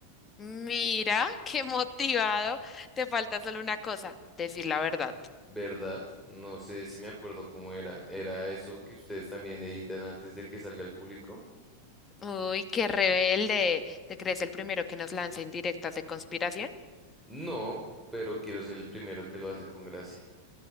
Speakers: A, on the left; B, in the centre.
A: Mira, <laughs> qué motivado. Te falta solo una cosa, decir la verdad.
B: ¿verdad? No sé si me acuerdo cómo era. ¿Era eso que ustedes también editan antes de que salga al público?
A: Uy, qué rebelde. ¿Te crees el primero que nos lanza indirectas de conspiración?
B: No, pero quiero ser el primero que lo hace con gracia.